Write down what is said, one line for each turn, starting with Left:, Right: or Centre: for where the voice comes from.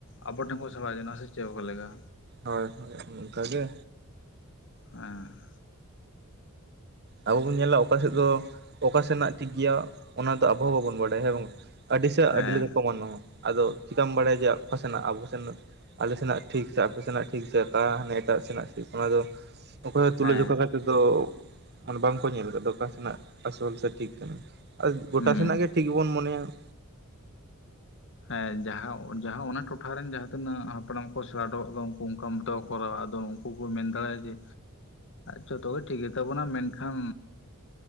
Left: ᱟᱵᱚ ᱴᱷᱮᱱ ᱠᱚ ᱥᱮᱦᱟ ᱡᱚᱱᱟ- ᱟ ᱥᱮ ᱪᱮᱫᱠᱟ ᱞᱮᱠᱟ?
Right: ᱦᱳᱭ, ᱦᱳᱭ ᱚᱱᱠᱟ ᱜᱮ᱾
Left: ᱦᱮᱸ,
Right: ᱟᱵᱚ ᱵᱚᱱ ᱧᱮᱞᱟ ᱚᱠᱟᱥᱮᱫ ᱫᱚ, ᱚᱠᱟ ᱥᱮᱱᱟᱜ ᱴᱷᱤᱠ ᱜᱮᱭᱟ, ᱚᱱᱟ ᱫᱚ ᱟᱵᱚ ᱦᱚᱸ ᱵᱟᱵᱚᱱ ᱵᱟᱰᱟᱭᱟ ᱦᱮᱸ ᱵᱟᱝ? ᱟᱹᱰᱤ ᱥᱮᱫ
Left: ᱦᱮᱸ
Right: ᱟᱹᱰᱤ ᱞᱮᱠᱟ ᱠᱚ ᱢᱟᱱᱟᱣᱟ, ᱟᱫᱚ ᱪᱤᱠᱟᱢ ᱵᱟᱲᱟᱭᱟ ᱡᱮ ᱚᱠᱟ ᱥᱮᱱᱟᱜ ᱟᱵᱚ, ᱥᱮᱱᱟᱜ ᱟᱞᱮ ᱥᱮᱱᱟᱜ ᱴᱷᱤᱠ ᱥᱮ, ᱟᱯᱮ ᱥᱮᱱᱟᱜ ᱴᱷᱤᱠ, ᱥᱮ ᱚᱠᱟ ᱦᱟᱱᱮ ᱮᱴᱟᱜ ᱥᱮᱱᱟᱜ ᱴᱷᱤᱠ ᱚᱱᱟ ᱫᱚ ᱚᱠᱚᱭ ᱦᱚ ᱛᱩᱞᱟᱹᱡᱚᱠᱷᱟ
Left: ᱦᱮᱸ
Right: ᱠᱟᱛᱮᱫ ᱫᱚ, ᱢᱟᱱᱮ ᱵᱟᱝᱠᱚ ᱧᱮᱞ ᱟᱠᱟᱫᱟ, ᱚᱠᱟ ᱥᱮᱱᱟᱜ ᱟᱥᱚᱞ ᱥᱮ ᱴᱷᱤᱠ, ᱠᱟᱱᱟ ᱟᱨ ᱜᱚᱴᱟ
Left: ᱦᱩᱸ
Right: ᱥᱮᱱᱟᱜ ᱜᱮ ᱴᱷᱤᱠ ᱵᱚᱱ ᱢᱚᱱᱮᱭᱟ ᱾
Left: ᱦᱮᱸ ᱡᱟᱦᱟᱸ ᱡᱟᱦᱟᱸ ᱚᱱᱟ ᱴᱚᱴᱷᱟ ᱨᱮᱱ ᱡᱟᱦᱟᱸ ᱛᱤᱱᱟᱹᱜ ᱦᱟᱯᱲᱟᱢ ᱠᱚ ᱥᱮᱬᱟ ᱦᱚᱴᱚ ᱠᱟᱜ ᱠᱚᱣᱟ ᱩᱱᱠᱩ ᱚᱝᱠᱟ ᱢᱚᱛᱚ ᱠᱚ ᱠᱚᱨᱟᱣᱟ, ᱟᱫᱚ ᱩᱝᱠᱩ ᱠᱚ ᱢᱮᱱ ᱫᱟᱲᱮᱟᱭᱟᱜ ᱡᱮ, ᱡᱷᱚᱛᱚ ᱜᱮ ᱴᱷᱤᱠ ᱜᱮ ᱛᱟᱵᱚᱱᱟ ᱢᱮᱱᱠᱷᱟᱱ